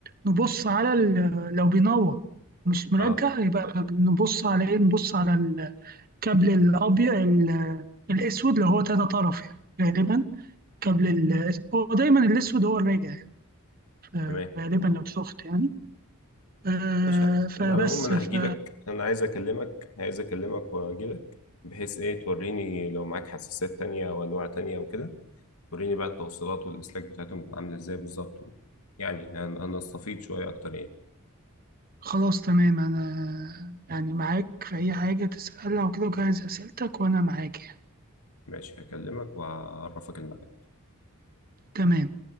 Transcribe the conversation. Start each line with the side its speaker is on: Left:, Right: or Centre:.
Right: نبص على ال- آه، لو بينور مش مرجع
Left: اه
Right: يبقى نبص على ايه نبص على الكابل الابيض ال- الاسود اللي هو تلاتة طرف يعني غالبا كابل ال- هو دايما الاسود هو الراجع يعني. ف-
Left: تمام
Right: غالبا لو شفت يعني آه،
Left: ماشي انا
Right: فبس
Left: على العموم انا
Right: ف-
Left: هجيلك انا عايز اكلمك عايز اكلمك واجيلك بحيث ايه توريني لو معاك حساسات تانية او انواع تانية او كده وريني بقى التوصيلات والاسلاك بتاعتهم بتبقى عامله ازاي بالظبط يعني انا أنا استفيد شويه اكتر يعني
Right: خلاص تمام أنا يعني معاك في أي حاجة تسألها وكده وجهز أسئلتك وأنا معاك يعني
Left: ماشي هكلمك وهعرفك الميعاد
Right: تمام